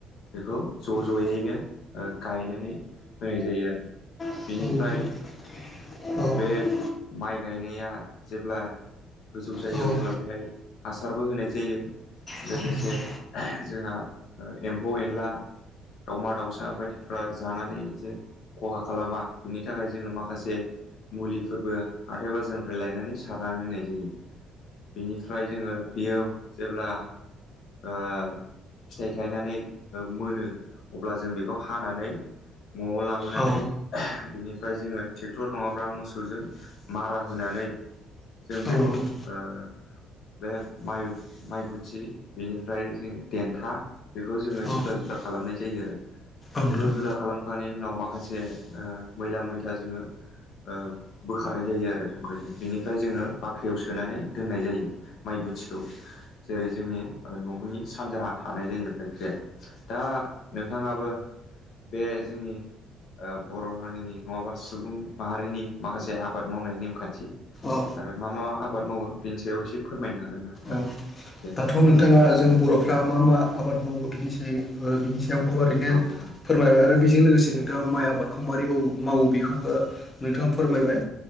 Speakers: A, on the left (about 65°); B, on the left (about 30°).
A: बेखौ ज' ज'यैनो
B: औ
A: ओ गायनानै होनाय जायो आरो
B: औ
A: बेनिफ्राय
B: नोंथां
A: बे माइ गायनाया जेब्ला गोजौ जायो
B: औ औ
A: अब्ला बेहाय हासारबो होनाय जायो।
B: औ
A: लोगोसे
B: नोंथां
A: जोंहा एम्फौ एनला दाउमा दाउसा सा बायदिफ्रा जानानै जों खहा खालामा बिनि थाखाय जोङो माखासे मुलिफोरबो हाथाय बाजारनिफ्राय लायनानै सारनानै होनाय जायो बिनिफ्राय जोङो बियो जेब्ला - ओ- फिथाइ थायनानै ओ-मोनो अब्ला जों बे बेखौ हानानै न'आव लाबोनानै।
B: औ
A: बेनिफ्राय जोङो ट्रेक्टर नङाब्ला मोसौजों मारा होनानै, जों बेखौ
B: औ नोंथां
A: ओ- बे माइ माइ गुथि बेनिफ्राय जों देन्था बेखौ जोङो
B: औ
A: जुदा जु खालामनाय जायो आरो।
B: औ नोंथां।
A: बेखौ <unintelligible> उनाव माखासे ओ-मैला मैथा जोङो। ओ- बोखारनाय जायो आरो संख्रिजों बेनिफ्राय जोङो बाख्रियाव सोनानै दोननाय जायो माइ बोथिखौ। जेरै जोंनि ओ-न'खरनि सानजाहा थानाय जायो बायख्रिया दा नोंथाङाबो। बे जोंनि ओ-बर' हारिनि नङाबा सुबुं माहारिनि माखासे। एसे आबाद मावनाय नेमखान्थि
B: औ
A: आरो मा मा आबाद मावो बेनि सायाव एसे फोरमायनो हागोन ना नोंथां?
B: औ
A: दे
B: दाथ' नोंथाङा
A: फोरमायदो नोंथां
B: जों बर'फ्रा मा मा आबाद मावो बिनिसै ओ- गुवारैनो
A: औ
B: फोरमायबाय आरो बेजों लोगोसे। नोंथां माय आबादखौ मारै मावो बेखौबो नोंथाङा फोरमायबाय